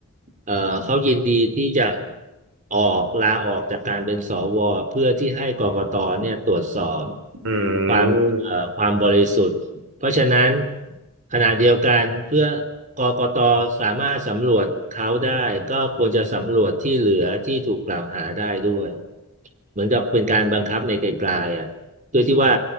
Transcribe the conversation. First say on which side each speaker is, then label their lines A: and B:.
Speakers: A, on the right; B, on the right.
A: เออเขายินดีที่จะออกลาออกจากการเป็นสวเพื่อที่ให้กกตเนี่ยตรวจสอบ
B: อืม
A: ความเอ่อความบริสุทธิ์ เพราะฉะนั้นขณะเดียวกันเพื่อกกตสามารถสำรวจเขาได้ก็ควรจะสำรวจที่เหลือที่ถูกกล่าวหาได้ด้วยเหมือนกับเป็นการบังคับในไกลๆอ่ะโดยที่ว่า